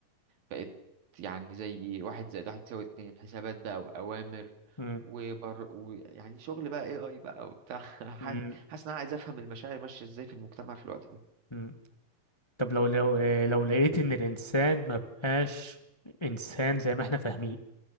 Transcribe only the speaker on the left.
امم
امم
أمم. طب لو لو آه، لو لقيت ان الانسان ما بقاش انسان زي ما احنا فاهمين